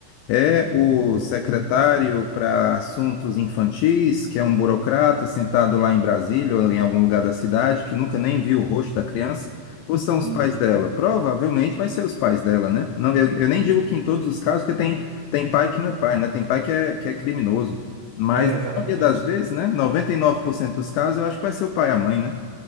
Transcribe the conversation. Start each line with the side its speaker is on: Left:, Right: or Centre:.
Left: É o secretário para assuntos infantis, que é um burocrata sentado lá em Brasília ou em algum lugar da cidade que nunca nem viu o rosto da criança, ou são os
Right: Sim,
Left: pais dela? Provavelmente vai ser os pais dela, né? Não, eu, eu
Right: sim.
Left: nem digo que em todos os casos, porque tem, tem pai que não é pai, né? Tem pai que é, que é criminoso. Mas
Right: É,
Left: na
Right: exatamente.
Left: maioria das vezes, né? 99% dos casos, eu acho que vai ser o pai e a mãe, né?